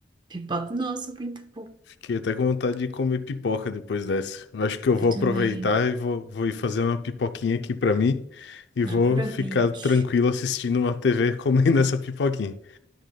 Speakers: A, on the right; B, on the left.
A: pipoca. Nossa, muito bom.
B: Fiquei até com vontade de comer pipoca depois dessa. Eu acho que eu vou
A: Eu também.
B: aproveitar e vou, vou ir fazer uma pipoquinha aqui pra mim e vou
A: Aproveite.
B: ficar tranquilo assistindo uma TV comendo <laughs> essa pipoquinha.